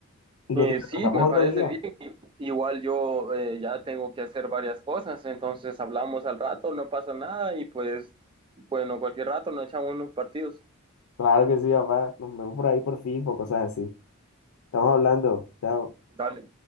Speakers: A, on the left; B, on the right.
A: Y
B: Eh,
A: nos descansamos
B: sí, me parece
A: otro día.
B: bien, igual yo eh, ya tengo que hacer varias cosas, entonces hablamos al rato, no pasa nada y pues, bueno, cualquier rato nos echamos unos partidos.
A: Claro que sí, papá. Nos vemos por ahí por FIFA o cosas así. Estamos hablando. Chao.
B: Dale.